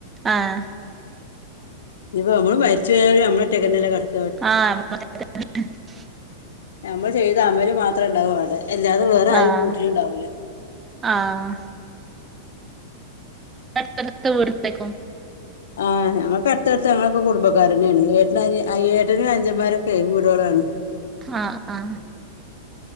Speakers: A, on the right (about 20°); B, on the left (about 75°).
A: ആഹ്
B: ഇപ്പൊ നമ്മള് മരിച്ച് പോയാലും നമ്മള് ഒറ്റയ്ക്ക് തന്നെ അല്ലെ കിട
A: <inaudible>
B: നമ്മ ചെയ്ത അവര് മാത്രം ഉണ്ടാവും അവിടെ എല്ലാതെ വേറെ ആരും
A: ആഹ്
B: കൂട്ടിന് ഇണ്ടാവൂലാ
A: ആഹ് <unintelligible>
B: ആ ഞങ്ങക്ക് അടുത്തടുത്താ ഞങ്ങളക്കെ കുടുംബക്കാര് തന്നെയാണ് ഏട്ടന് അനിയാ ഏട്ടനും അനിച്ചന്മാരും വീടുകളാണ്
A: ആ ആ ആ